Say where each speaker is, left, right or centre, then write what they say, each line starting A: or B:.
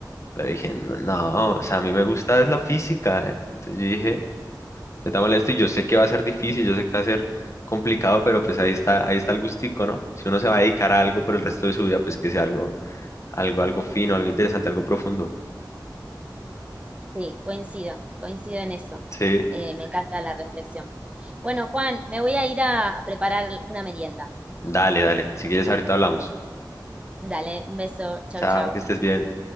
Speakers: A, on the left; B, on the right.
A: Pero dije, no, no, o sea, a mí me gusta es la física. eh". Entonces yo dije, me está molesto y yo sé que va a ser difícil, yo sé que va a ser complicado, pero pues ahí está, ahí está el gustico, ¿no? Si uno se va a dedicar a algo por el resto de su vida, pues que sea algo algo, algo fino, algo interesante, algo profundo.
B: Sí, coincido, coincido en eso.
A: Sí,
B: Eh, me encanta la reflexión. Bueno, Juan, me voy a ir a a preparar una merienda.
A: dale, dale. Si quieres, ahorita hablamos.
B: Dale, un beso. Chau,
A: Chao,
B: chau.
A: que estés bien.